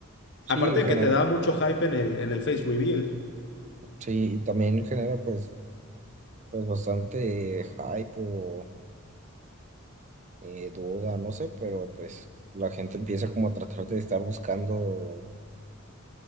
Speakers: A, on the right; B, on the left.
A: sí,
B: Aparte de
A: genera,
B: que te da mucho hype en el, en el face reveal
A: sí, y también genera pues, pues bastante hype o eh, duda, no sé, pero pues la gente empieza como a tratar de estar buscando